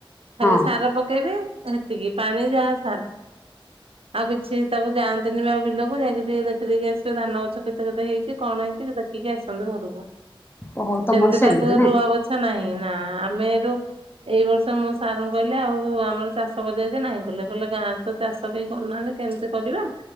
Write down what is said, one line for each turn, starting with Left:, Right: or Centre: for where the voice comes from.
Right: ଖାଲି
Left: ହଁ
Right: ସାର ପକେଇବେ ସେତିକି ପାଣି ଯାହା ସାର ଆଉ କିଛି ତାକୁ ଯାଆନ୍ତିନି ଆଉ ବିଲକୁ ଯାଇକି ଟିକେ ଦେଖିଦେକି ଆସିବେ ଧାନ ଗଛ କେତେ-କେତେ ହେଇଛି କଣ ଦେଖିକି ଆସନ୍ତୁ ଘରକୁ
Left: ଓହୋ ତମର
Right: ସେମିତି ତାକୁ
Left: ନାଇଁ
Right: ରୁଆ ବଛା ନାହିଁ। ନା ଆମେ ରୁ ଏଇ ବର୍ଷ ମୁଁ ସାର୍ ଙ୍କୁ କହିଲେ ଆଉ ଆମର ଚାଷ କରିଦବା ଯେ ନାହିଁ କଲେ କହିଲେ ଗାଁରେ ତ ଚାଷ ବି କ ନାହାଁନ୍ତି କେମିତି କରିବା।